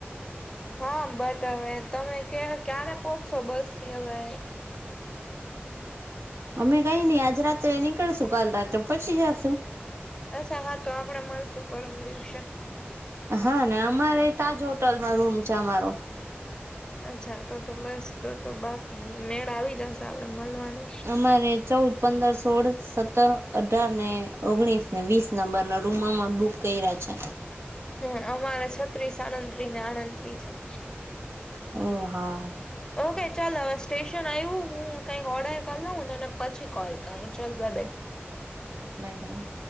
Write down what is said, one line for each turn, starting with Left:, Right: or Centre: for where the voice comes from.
Left: હા બટ હવે તમે કયા ક્યારે પોહોચશો બસ થી હવે
Right: અમે કઈ નઈ આજ રાતે નીકળશું કાલ રાતે પોચી જાશું.
Left: અચ્છા હા તો આપડે મળશું પરમ દિવસે
Right: હા ને અમારે તાજ હોટલમાં રૂમ છે અમારો
Left: અચ્છા તો તો બસ તો તો બાકી મેળ આવી જાશે આપડે મળવાનો.
Right: અમારે. ચૌદ પંદર સોળ સત્તર અઢાર ને ઓગણીસ ને વીસ નંબરના નો રૂમમાં અમારુ બુક કેયરા છે.
Left: હમ અમારા છત્રીસ સળત્રીશ અળત્રી છે.
Right: ઓ હા.
Left: ઓકે ચાલ હવે સ્ટેશન આવ્યું હું કંઈક ઓર્ડર કરી લઉં તને પછી કોલ કરું ચલ બાય બાય.
Right: Bye by.